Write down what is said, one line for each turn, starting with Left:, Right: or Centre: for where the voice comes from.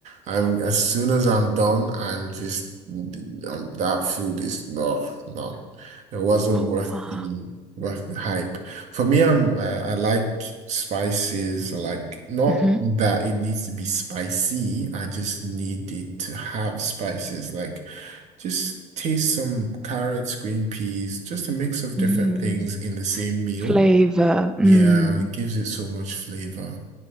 Right: I'm as soon as I'm done, I'm just um, that food is no, no. It wasn't
Centre: oh
Right: worth
Centre: wow.
Right: the worth the hype. For me, I'm I, I like spices. I like not
Centre: hmm
Right: that it needs to be spicy. I just need it to have spices. Like just taste some carrots, green peas, just a mix of different
Centre: Mm.
Right: things in the same meal.
Centre: Flavor. Mm.
Right: Yeah, it gives it so much flavor.